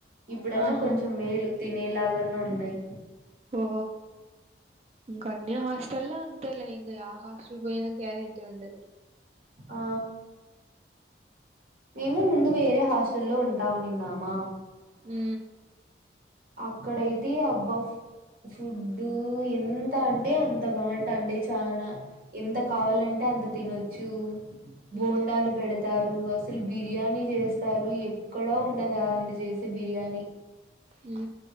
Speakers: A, on the right (about 50°); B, on the right (about 35°).
A: ఇప్పుడు అన్న
B: ఆహా
A: కొంచెం మేలు తినేలాగా అన్న ఉన్నాయి
B: ఓ ఇంకా అన్య హాస్టల్లో అంతేలే ఇంక యా హాస్టల్ పోయినా గ్యారెంటీ ఉండదు
A: ఆ మేము ముందు వేరే హాస్టల్లో ఉంటా ఉన్నిన్ నామ
B: ఊ
A: అక్కడ అయితే అబ్బా ఫు ఫుడ్డు ఎంత అంటే అంత బాగుంటండ చానా ఎంత కావాలంటే
B: మ్మ్
A: అంత తినొచ్చు బోండాలు
B: మ్మ్
A: పెడతారు అసల బిర్యానీ చేస్తారు ఎక్కడా ఉండదు ఆయన చేసే బిర్యానీ
B: యూ